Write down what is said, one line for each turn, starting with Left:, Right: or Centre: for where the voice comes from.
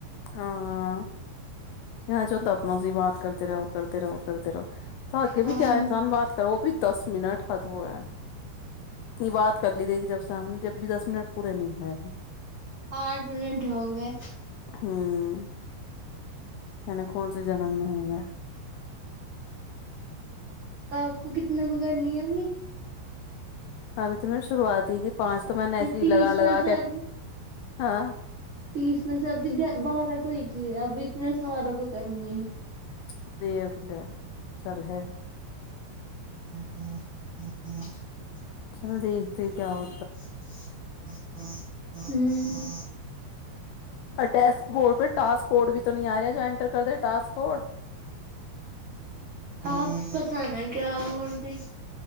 Left: ہاں یہا جو تو اپنا سے ہی بات کرتے رہو کرتے رہو کرتے رہو تو اگے
Right: ہاں
Left: بھی کیا انسان بات کرو وہ بھی دس منٹ حد ہوا ہے یے بات کر لی دے گی جب سے ہم جب بھی دس منٹ پورے نہیں ہوئے ابھی
Right: اٹھ منٹ ہو گئے
Left: ہمم پتا نئی کون سے جنم میں ہوں میں
Right: آپ کو کتنا گزارنی ہے ابھی
Left: ابھی تو میں نے شروعات ہی کی پانچ تو میں نے ایسی ہی
Right: تیس
Left: لگا
Right: میں
Left: لگا
Right: سے
Left: کے
Right: ابھی
Left: ہاں
Right: تیس میں سے ابھی بارہ کو ہی کیے ابی اتنے ساروں کو کرنی
Left: <unintelligible>
Right: <unintelligible>
Left: چلو دیکھتے کیا ہو
Right: آمم
Left: ڈیسک بورٹ پے ٹسک کوٹ بھی تو نہیں آ رہا جو ینٹر کر دے ٹسک کوٹ
Right: آپ بتلا نا کیا بول رہی